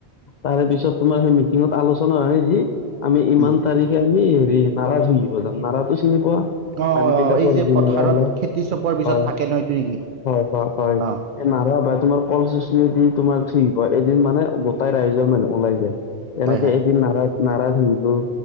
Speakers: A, on the left; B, on the right.
A: তাৰেপিছত তোমাৰ সেই মিটিঙত আলোচনা হয় যি আমি ইমান
B: উম
A: তাৰিখ আমি হেৰি নাৰা ঝুলিব জাম নাৰাটো চিনি পোৱা?
B: অ
A: খামটি বিলাকৰ
B: অ এই যে
A: বিমাৰাও
B: পথাৰত
A: যে
B: খেতি চপোৱাৰ পিছত
A: হয়,
B: থাকে ন এইটো নেকি
A: হয়, হয় হয়।
B: অ
A: নাৰা তোমাৰ কল চচনি দি তোমাৰ ঠিক হয়। এদিন মানে, গোটাই ৰাইজৰ মানুহ ওলাই যায়। তেনেকে
B: হয় হয়
A: এদিন নাৰাই, নাৰাই ঘুৰি গ'ল।